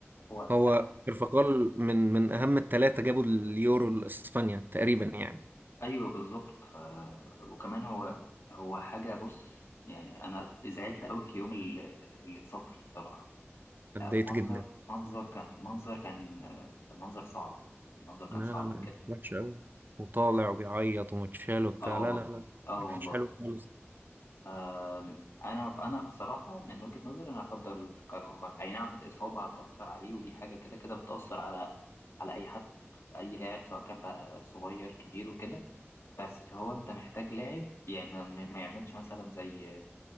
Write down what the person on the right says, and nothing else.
هو كارفخال من من اهم الثلاثه جابوا اليورو لاسبانيا تقريبا يعني
اتضايقت
جدا
لا
لا لا
وحش قوي وطالع وبيعيط ومتشال وبتاع
لا لا لا
مش
حلو خالص